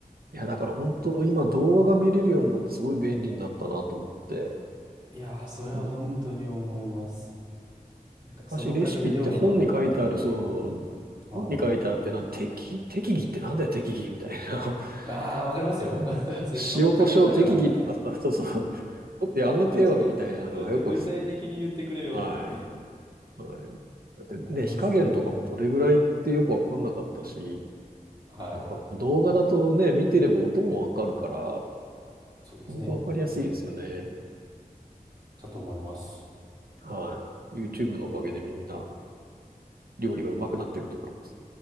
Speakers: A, on the right; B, on the right.
A: いや、だから本当今動画が見れるようになってすごい便利になったなと思って、
B: いやー、それは本当に思います。
A: うん
B: なんか、そのおかげで料理のレパートリーも。
A: 昔レシピって本に書いてある、そう、
B: はい。
A: 本に書いてあってな、適、適宜ってなんだよ、適宜みたいな。
B: ああ、わかりますよ。
A: <laughs>
B: <laughs> それ人の加減だから、
A: 塩コショウ適宜とかさ、そうそう、ちょっとやめてよ、
B: 間違い、
A: みたいなのがよくです。
B: もっと具体的に言ってくれよって。
A: はい。はい。だってね、
B: ありますね。
A: 火加減とかもどれぐらいってよくわかんなかったし、
B: はい。
A: だから動画だとね、見てれば音もわかるから、
B: そうですね。
A: 本当わかりやすいですよね。
B: だと思います。
A: はい。YouTube のおかげでみんな料理がうまくなってると思います。